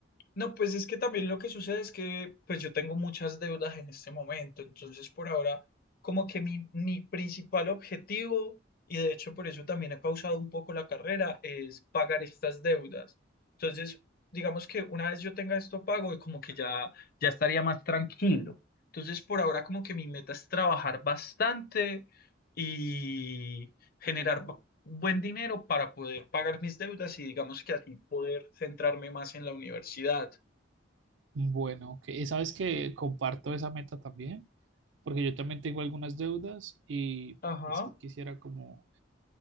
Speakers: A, on the left; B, on the right.
A: No, pues es que también lo que sucede es que pues yo tengo muchas deudas en este momento, entonces por ahora como que mi, mi principal objetivo, y de hecho por eso también he pausado un poco la carrera, es pagar estas deudas. Entonces, digamos que una vez yo tenga esto pago, como que ya, ya estaría más tranquilo. Entonces por ahora como que mi meta es trabajar bastante y generar bu- buen dinero para poder pagar mis deudas y digamos que así poder centrarme más en la universidad.
B: Bueno, ok. Y sabes que comparto esa meta también, porque yo también tengo algunas deudas y,
A: Ajá,
B: y si quisiera como